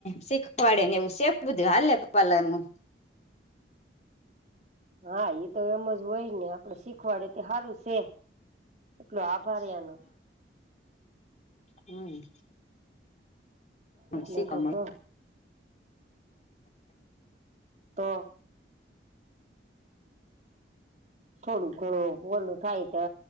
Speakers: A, on the left; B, on the right.
A: શીખવાડે ને એવું સે બધું હાલે પાર્લર નું
B: હા એ તો એમજ હોય ને આપડે શીખવાડે તે સારું છે એટલું આભાર એનું
A: હમ્મ.
B: એટલે
A: શીખવા
B: તો કહ તો <unintelligible> થોડું ઘણું ઓલું થાય તો